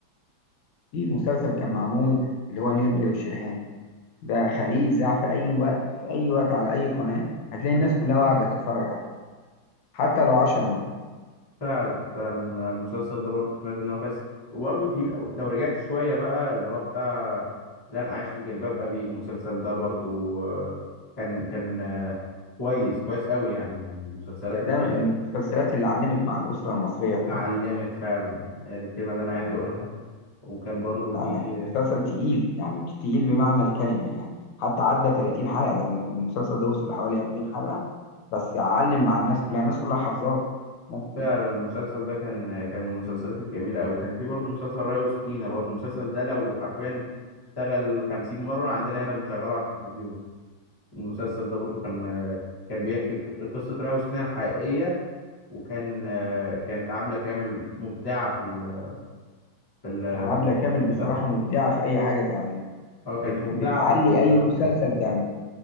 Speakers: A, on the left (about 80°); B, on the left (about 25°).
A: في مسلسل كان معمول اللي هو نيرلي وشرهان ده خليه يتذاع في اي وقت في اي وقت على اي قناة هتلاقي
B: امم
A: الناس كلها قاعدة تتفرج عليه حتى لو عشر مرات
B: فعلا فعلا المسلسل ده برضه سمعت ان هو كويس وبرضه في لو لو رجعت شوية بقى اللي هو بتاع لا انا عايش في جلباب ابي المسلسل ده برضه آه، كان كان آه، كويس كويس قوي يعني من المسلسلات
A: يعني
B: اللي
A: ده من
B: هي
A: من المسلسلات اللي علمت مع الأسرة المصرية
B: اللي
A: كلها
B: علمت فعلا هي دي الكلمة اللي انا عايز
A: يعني
B: اقولها وكان برضه
A: لا
B: في
A: لا، مسلسل تقيل يعني تقيل بمعنى الكلمة يعني حتى عدى 30 حلقة ده الم- المسلسل ده وصل لحوالي 40 حلقة بس علم مع الناس كلها الناس كلها حافظاه ناس
B: فعلا المسلسل ده كان كان من المسلسلات الجميلة أوي كان في برضه مسلسل ريا وسكينة برضه المسلسل ده لو حرفيا اشتغل خمسين مرة عندنا هنا بنشغله على التلفزيون المسلسل ده برضه كان كان بيحكي قصة ريا وسكينة الحقيقية وكان كانت عبلة كامل مبدعة في ال- في ال-
A: يعني عبلة كامل
B: في المسلسل
A: بصراحة مبدعة في أي حاجة تعملها
B: اه كانت
A: بت...
B: مبدعة
A: بتعلي
B: في المسلسل
A: أي مسلسل
B: ده
A: تعمله